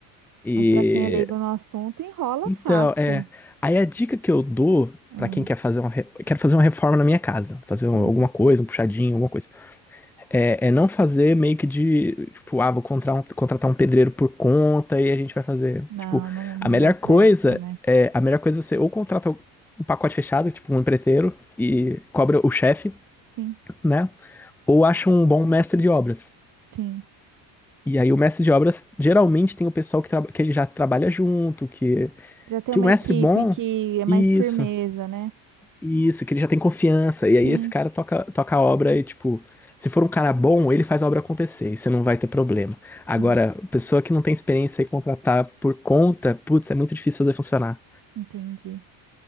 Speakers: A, in the centre; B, on the right.
A: E.
B: Mas para quem é leigo no assunto, enrola
A: Então,
B: fácil.
A: é. Aí a dica que eu dou
B: Hum,
A: pra quem quer fazer uma. re- Quero fazer uma reforma na minha casa. Fazer um-
B: uhum.
A: alguma coisa, um puxadinho, alguma coisa. É, é não fazer meio que de, tipo, ah, vou contratar um, contratar um pedreiro por conta e a gente vai fazer.
B: Não,
A: Tipo,
B: não, não
A: a melhor
B: dá certo,
A: coisa
B: né?
A: é, a melhor coisa é você ou contrata um pacote fechado, tipo um empreiteiro, e cobra o chefe,
B: Sim,
A: né? Ou acha um bom mestre de obras.
B: sim.
A: E aí o mestre de obras geralmente tem o pessoal que, traba- que ele já trabalha junto, que,
B: Já tem
A: que
B: uma
A: o mestre
B: equipe
A: bom.
B: que é mais
A: Isso.
B: firmeza, né?
A: Isso, que ele já tem confiança. E aí
B: Sim,
A: esse cara toca, toca a obra e, tipo, se for um cara bom, ele faz a obra acontecer e você não vai ter problema.
B: sim,
A: Agora, pessoa que não tem experiência e contratar por conta, putz, é muito difícil fazer funcionar.
B: entendi.